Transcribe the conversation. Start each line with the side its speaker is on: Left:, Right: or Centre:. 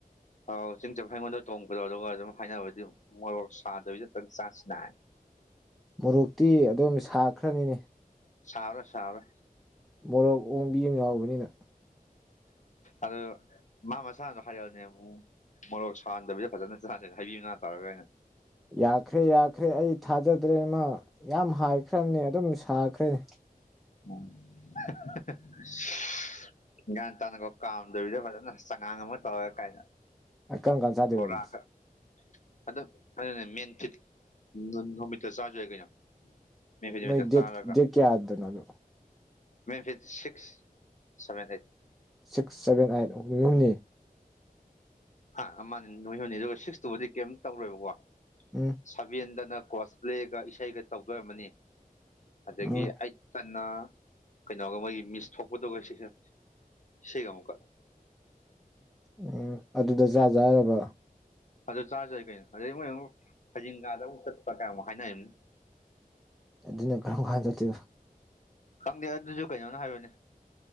Left: ꯑꯥꯎ ꯆꯤꯡ ꯆꯠꯄ ꯑꯩꯉꯣꯟꯗ ꯇꯣꯡꯕꯗꯣ ꯑꯗꯨꯒ ꯑꯗꯨꯝ ꯍꯥꯏꯅꯕꯗꯤ ꯃꯣꯔꯣꯛ ꯁꯥꯗꯕꯤ ꯇꯪ ꯆꯥꯁꯤꯅ
Centre: ꯃꯣꯔꯣꯛꯇꯤ ꯑꯗꯨꯝ ꯁꯥꯈ꯭ꯔꯅꯤꯅꯦ
Left: ꯁꯥꯎꯔꯦ ꯁꯥꯥꯎꯔꯦ
Centre: ꯃꯣꯔꯣꯛ ꯑꯣꯡꯕꯤ ꯑꯃ ꯌꯥꯎꯕꯅꯤꯅ
Left: ꯑꯗꯨ ꯃꯥ ꯃꯁꯥꯅꯁꯨ ꯍꯥꯏꯔꯛꯑꯕꯅꯦ ꯃꯨ ꯃꯣꯔꯣꯛ ꯁꯥꯍꯟꯗꯕꯤꯗ ꯐꯖꯅ ꯆꯥꯁꯦꯅ ꯍꯩꯕꯤ ꯃꯥꯅꯥ ꯇꯧꯔꯒꯑꯅ
Centre: ꯌꯥꯈ꯭ꯔꯦ ꯌꯥꯈ꯭ꯔꯦ ꯑꯩ ꯊꯥꯖꯗ꯭ꯔꯦ ꯃꯥ ꯌꯥꯝ ꯍꯥꯏꯈ꯭ꯔꯕꯅꯤ ꯑꯗꯨꯝ ꯁꯥꯈ꯭ꯔꯦꯅꯦ
Left: <unintelligible> ꯒꯌ꯭ꯥꯟ ꯇꯥꯟꯅꯀꯣ ꯀꯥꯝꯗꯕꯤꯗ ꯐꯖꯅ ꯆꯉꯥꯡ ꯑꯃ ꯇꯧꯔꯦ ꯀꯥꯏꯅ
Centre: ꯀꯔꯝ ꯀꯥꯟ ꯆꯥꯗꯣꯏꯕ
Left: ꯕꯣꯔꯥꯒ
Centre: ꯑꯗꯨꯗꯤ
Left: ꯑꯗꯨ ꯑꯗꯣꯅꯦ ꯃꯦꯟꯐꯤꯠ ꯅꯨꯃꯤꯠꯇ ꯆꯥꯔꯁꯨ ꯌꯥꯏ ꯀꯩꯅꯣ ꯃꯦꯟ ꯐꯤꯠ ꯅꯨꯃꯤꯠꯇ
Centre: ꯃꯣꯏ ꯗꯦꯠ
Left: ꯆꯥꯔꯒ
Centre: ꯗꯦꯠ ꯀꯌꯥꯗꯅꯣ ꯑꯗꯨ
Left: ꯃꯦꯟꯐꯤꯠ six seven eight
Centre: six seven eight ꯑꯍꯨꯝꯅꯤ
Left: ꯍꯥ ꯑꯃꯅꯤ <unintelligible> ꯑꯗꯨꯒ ꯁꯤꯛꯁ ꯇꯨꯕꯨꯗꯤ ꯀꯩꯝꯇ ꯇꯧꯔꯣꯏꯕꯀꯣ
Centre: ꯎꯝ
Left: ꯁꯕꯦꯟꯗꯅ ꯀꯣꯁꯄ꯭ꯂꯦꯒ ꯏꯁꯩꯒ ꯇꯧꯗꯣꯏ ꯑꯣꯏꯔꯝꯃꯅꯤ ꯑꯗꯒꯤ
Centre: ꯎꯝ
Left: ꯑꯥꯏꯠ ꯇꯅ ꯀꯩꯅꯣꯒ ꯃꯣꯏꯒꯤ ꯃꯤꯁ ꯊꯣꯛꯄꯗꯨꯒ <unintelligible> ꯏꯁꯩꯒ ꯑꯃꯨꯛꯀ
Centre: ꯎꯝ ꯑꯗꯨꯗ ꯆꯥꯁꯦ ꯍꯥꯏꯔꯕ
Left: ꯑꯗꯨ ꯆꯥꯔꯁꯨ ꯌꯥꯏ ꯀꯩꯅꯣ ꯑꯗꯩ ꯃꯣꯏ ꯑꯃꯨꯛ ꯐꯩꯗꯤꯡꯒꯥꯗ ꯑꯃꯨꯛ ꯆꯠꯄ ꯀꯥꯏ ꯃꯨꯛ ꯍꯥꯏꯅꯔꯤꯕꯅꯤ
Centre: ꯑꯗꯨꯅ ꯀꯔꯝ ꯀꯥꯟ ꯆꯠꯇꯩꯕ
Left: ꯈꯪꯗꯦ ꯑꯗꯨꯁꯨ ꯀꯩꯅꯣꯅ ꯍꯥꯏꯕꯅꯤ